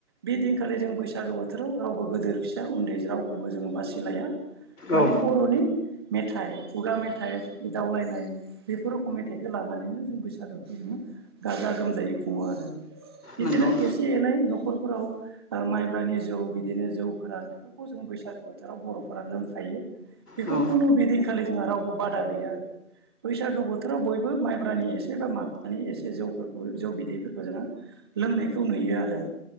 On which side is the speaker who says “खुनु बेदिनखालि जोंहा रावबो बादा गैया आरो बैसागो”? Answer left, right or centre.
Right